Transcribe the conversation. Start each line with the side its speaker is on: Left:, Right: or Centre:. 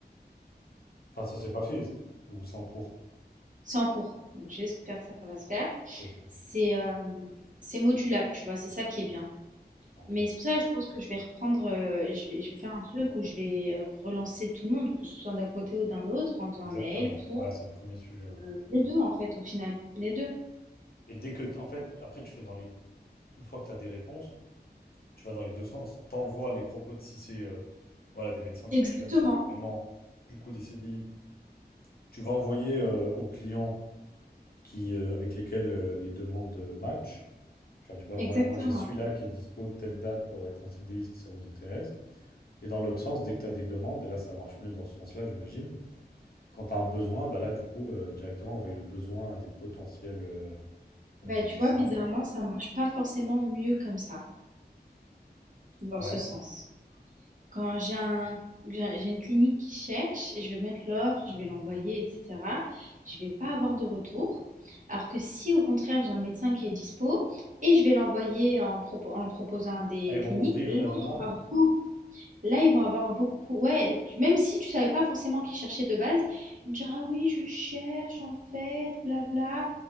Left: Enfin, ça s'est pas fait. Ou c'est en cours.
Right: C'est en cours. Donc, j'espère que ça va se faire.
Left: Ok, ok.
Right: C'est euh, c'est modulable, tu vois. C'est ça qui est bien.
Left: Ok.
Right: Mais c'est pour ça, je pense que je vais reprendre, heu, je vais je vais faire un truc où je vais relancer tout le monde, que ce soit d'un côté ou d'un autre, en faisant
Left: Exactement.
Right: un mail pour,
Left: Ouais, c'est le premier sujet. ouais.
Right: heu, les deux en fait, au final, les deux.
Left: Et dès que, t- en fait, après, tu fais dans les. Une fois que tu as des réponses, tu vas dans les deux sens. T'envoies les propos. Si c'est euh, voilà, des médecins
Right: Exactement,
Left: qui cherchent vraiment, du coup, des CDI, tu vas envoyer euh, aux clients qui, euh, avec lesquels euh, les demandes euh, matchent. Je leur dis, bah
Right: exactement.
Left: voilà, moi j'ai celui-là qui est dispo telle date pour être en CDI, est-ce que ça vous intéresse? Et dans l'autre sens, dès que tu as des demandes, et là ça marche mieux dans ce sens-là, j'imagine, quand tu as un besoin, bah là du coup, euh, directement envoyer le besoin à des potentiels euh,
Right: Bah,
Left: euh, médecins.
Right: tu vois, bizarrement, ça marche pas forcément mieux comme ça, dans
Left: Ouais.
Right: ce sens. Quand j'ai un j'ai j'ai une clinique qui cherche et je vais mettre l'offre, je vais l'envoyer, etc., je vais pas avoir de retour. Alors que si au contraire j'ai un médecin qui est dispo et je vais l'envoyer en, propo- en le proposant à des
Left: Ah, ils vont
Right: cliniques,
Left: ouvrir
Right: là,
Left: la demande.
Right: il y aura beaucoup- là, ils vont avoir beaucoup. Ouais, tu- même si tu savais pas forcément qui cherchait de base, ils vont te dire ah oui je cherche en fait, blabla.